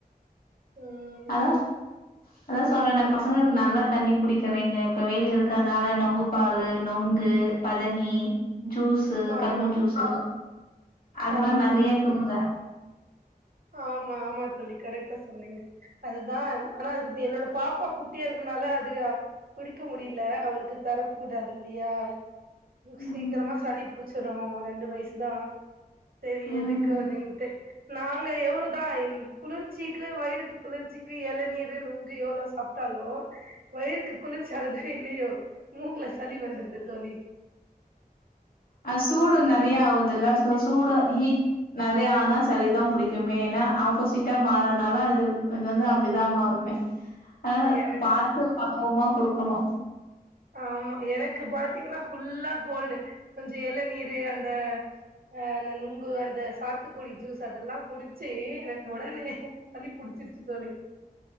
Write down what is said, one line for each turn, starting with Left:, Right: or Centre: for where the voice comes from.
Right: ம்
Left: அதா அதா சொல்றனே பசங்களுக்கு நல்லா தண்ணி குடிக்க வைங்க இப்ப வெயில் இருக்குறதுனால நொங்கு பாலு நொங்கு பதனி ஜூஸ் இது
Right: ஆமா
Left: கரும்பு ஜூஸு அது
Right: ஆமா
Left: மாரி நெறைய
Right: தோழி
Left: குடுங்க
Right: ஆமா ஆமா தோழி கரெக்டா சொன்னீங்க அதுதான் ஆனா அதுக்கு இப்ப என்னோட பாப்பா குட்டியா இருக்கனால அதுக குடிக்க முடியில அவளுக்கு தரக் கூடாது இல்லையா இவள்க்கு
Left: ம்ஹ்ம்.
Right: சீக்கிரமா சளி புடிச்சிரு ரெண்டு வயசு தா சைரி
Left: ம்.
Right: எதுக்கு அப்டின்ட்டு நாங் இல்ல எவ்ளோதா இன் குளிர்ச்சிக்கு வயிறுக்கு குளிர்ச்சிக்கு எளநீரு நுங்கு எவ்ளௌ சாப்டாலு வயிறுக்கு குளிர்ச்சி ஆகுதோ இல்லையோ மூக்குல சளி வந்துருது தோழி
Left: ஆ சூடு நெறையா ஆவுதுல்ல சோ சூடு ஹிட் நெறையா ஆனா சளிதா புடிக்குமே ஏனா ஆப்போசிட்டா மாறதுனால அது அங்கங்க அப்டிதா மாறுமே அதனா
Right: எனக்கு
Left: பாத்து பக்குவமா குடுக்கணு
Right: ஆமா எனக்கு பாத்தீங்கனா ஃபுல்லா கோல்டு கொஞ்ச எளநீரு அந்த அ அந்த நுங்கு அந்த சாத்துக்குடி ஜூஸ் அதெல்லா குடிச்சி எனக்கு ஒடனே சளிப் புடிச்சிருச்சு தோழி